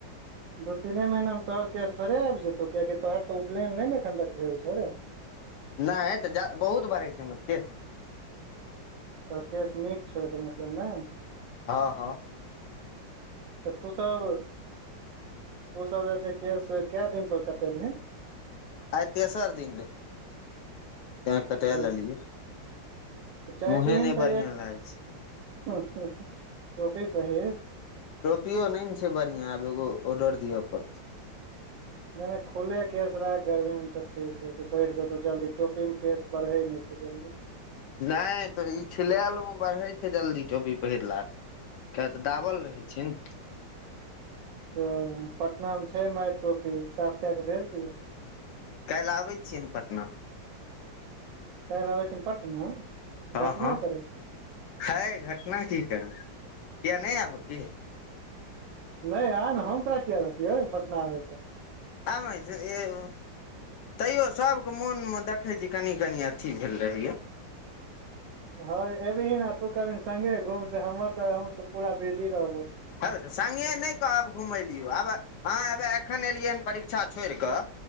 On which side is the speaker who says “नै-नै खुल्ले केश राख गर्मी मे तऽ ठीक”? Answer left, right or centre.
Right